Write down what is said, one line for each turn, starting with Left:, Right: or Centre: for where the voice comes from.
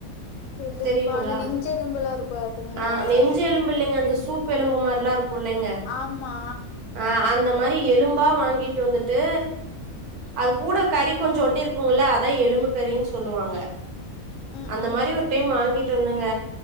Left: எலும்பா
Right: தெரியுங்களா
Left: அந்த நெஞ்ச எலும்புல்லா இருக்கும் அதுங்ளா
Right: ஆ நெஞ்சு எலும்பு இல்லைங்க அந்த சூப் எலும்பு மாரிலா இருக்கும் இல்லைங்க
Left: ஆமா
Right: ஆ அந்த மாரி எலும் பா வாங்கிட்டு வந்துட்டு அது கூட கறி கொஞ்சம் ஒட்டி இருக்குங்ள அதா எலும்பு கறின் சொல்லுவாங்க
Left: ம்
Right: அந்த
Left: ம்
Right: மாரி ஒரு டைம் வாங்கிட்டு வந்தங்க